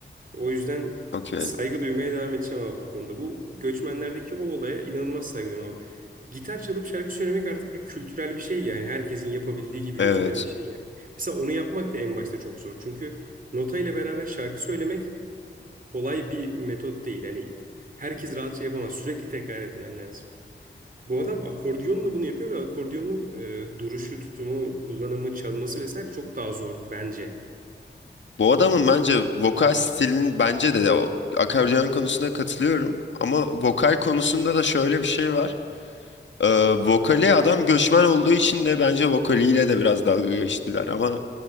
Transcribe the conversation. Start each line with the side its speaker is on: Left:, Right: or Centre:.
Right: O yüzden
Left: Okey.
Right: saygı duymaya devam edeceğim abi bu konuda. Bu göçmenlerdeki o olaya inanılmaz saygı duyuyorum abi. Gitar çalıp şarkı söylemek artık bir kültürel bir şey yani. Herkesin yapabildiği gibi
Left: Evet.
Right: gözüken bir şey ya. Mesela onu yapmak da en başta çok zor. Çünkü nota ile beraber şarkı söylemek kolay bir metot değil. Hani herkes rahatça yapamaz. Sürekli tekrar etmen lazım. Bu adam akordiyonla bunu yapıyor ve akordiyonun e, duruşu, tutumu, kullanımı, çalması vesaire çok daha zor bence.
Left: Bu adamın bence vokal stilinin bence de o akordeon konusunda katılıyorum. Ama vokal konusunda da şöyle bir şey var. Ee, vokali adam göçmen olduğu için de bence vokaliyle de biraz dalga geçtiler. Ama